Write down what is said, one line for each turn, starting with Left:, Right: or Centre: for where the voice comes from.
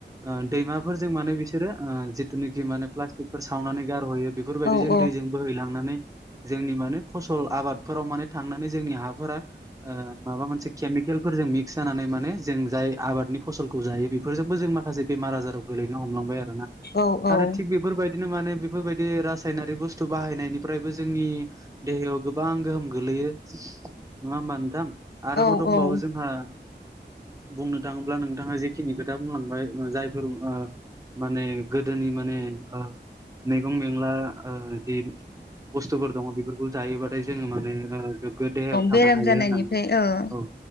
Right: ओ दैमाफोरजों माने बिसोरो जिथुनाखि माने प्लास्टिकफोर सावनानै गारहयो बेफोरबायदिजों
Left: औ
Right: दैजों बोहैलांनानै जोंनि माने फसल आबादफोराव माने थांनानै जोंनि हाफोरा ओ माबा मोनसे केमिकेलफोरजों मि क्स जानानै माने जों जाय आबादनि फसलखौ जायो बेफोरजोंबो जों माखासे बेमार आजाराव गोलैनो हमलांबाय आरो ना
Left: औ
Right: आरो थिग बेफोरबायदिनो माने बेफोरबायदि रासायनारि बुस्थु बाहायनायनिफ्रायबो जोंनि देहायाव गोबां गोहोम गोलैयो नङा होमबा नोंथां आरोबाव
Left: औ
Right: दंबावो
Left: औ
Right: जोंहा
Left: <unintelligible>
Right: बुंनो थाङोब्ला नोंथाङा जेखिनि खोथा बुंलांबाय जायफोर माने गोदोनि माने ओ मैगं मेला जि बुस्थुफोर दङ बेफोरखौ जायोबाथाय जोङो माने गोग्गो देहायाव थानो
Left: बेराम
Right: हायो
Left: जानायनिफ्राय
Right: होननानै
Left: ओ
Right: औ